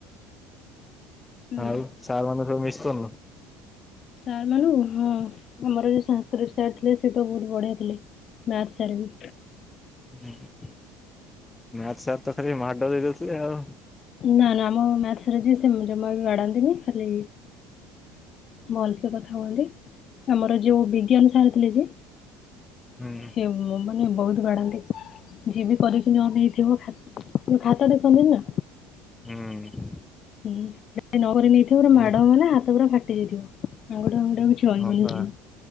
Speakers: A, on the left; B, on the left.
A: ହୁଁ
B: ଆଉ ସାର୍ ମାନଙ୍କୁ ସବୁ ମିସ୍ କରୁନ।
A: ସାର୍ ମାନଙ୍କୁ ହଁ ଆମର ଯୋଉ ସାନସକ୍ରିଟ ସାର୍ ଥିଲେ ସେ ତ ବୁ ବଡ଼ିଆ ଥିଲେ ମ୍ୟାଥ ସାରେ ବି,
B: ଉଁ ହୁଁ ମ୍ୟାଥ୍ ସାର୍ ତ ଖାଲି ମାଡ ଦେଇଦଉଥିଲେ ଆଉ
A: ନା ନା ଆମ ମ୍ୟାଥ ସାର୍ ଯେ ଜମା ବି ବାଡାନ୍ତିନି ଖାଲି ଭଲସେ କଥା ହୁହନ୍ତି ଆମର ଯୋଉ ବିଜ୍ଞାନ ସାର୍
B: ହୁଁ
A: ସେ ମାନେ ବହୁତ ବାଡାନ୍ତି ଯିଏ ବି କରେ େଇଥିବ ଯୋଉ ଖାତା ଦେଖଛନ୍ତି ନା
B: ହୁଁ।
A: ହୁଁ ନ କରି ନେଇଥିବ ପୁରା ମାଡ଼
B: ଓ
A: ହବ ହାତ ପୁରା ଫାଟି ଯାଇଥିବ। ଆଉ କିଛି ରହିବନି
B: ହ ବା
A: ସେଦିନ।